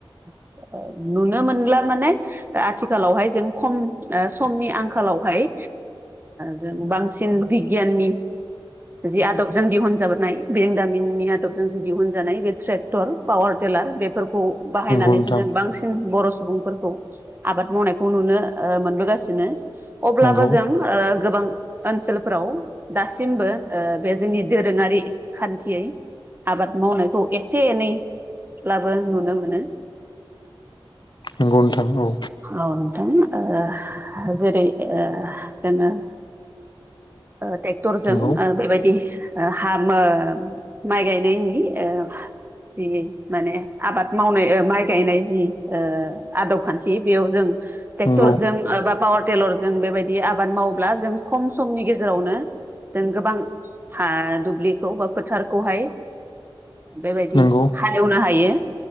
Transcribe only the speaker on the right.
नुनो मोनानला माने आथिखालावहाय जों खम समनि आंखालावहाय जों बांसिन बिगियाननि जि आदबजों दिहुनजाबोनाय। बेरंदामिननि आदबजों ज दिहुनजानाय बे ट्रेक्टर पावार टिलार बेफोरखौ बाहायनानै।
बांसिन बर' सुबुंफोरखौ आबाद मावनायखौ नुनो मोनबोगासिनो। अब्लाबो
ओ जों गोबां ओनसोलफ्राव दासिमबो बे जोंनि दोरोङारि खान्थियै आबाद मावनायखौ एसे एनैब्लाबो नुनो मोनो।
औ नोंथां जेरै जोंङो ट्रेक्टरजों
बेबायदि हामो माइ गायनायनि जि माने आबाद मावनाय माइ गायनाय जि आदब खान्थि बेयाव जों ट्रेक्टरजों
बा पावार टिलारजों जों बेबायदि आबाद मावोब्ला जों खम समनि गेजेरावनो जों गोबां हा दुब्लिखौ बा फोथारखौहाय। बेबायदि
हालेवनो हायो।